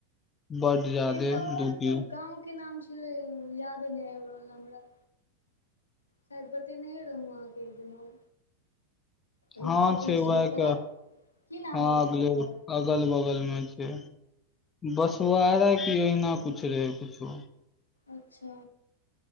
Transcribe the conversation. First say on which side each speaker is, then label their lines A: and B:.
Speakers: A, on the left (about 20°); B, on the left (about 80°).
A: बड जादे
B: एक तऽ और
A: दू किलो
B: तऽ गाँव के नाम ले याद नइ आइब रहल हमरा शायद बतेनहे रहौं आहां के इ दुनु उ
A: हँ
B: कपिलेश्वर
A: छै वएह
B: तरफ
A: के
B: की नाम
A: हँ
B: रहै
A: अगले
B: ओकर
A: अगल बगल मे छै बसुआरा की अहिना कुछ रहे कुछो
B: अच्छा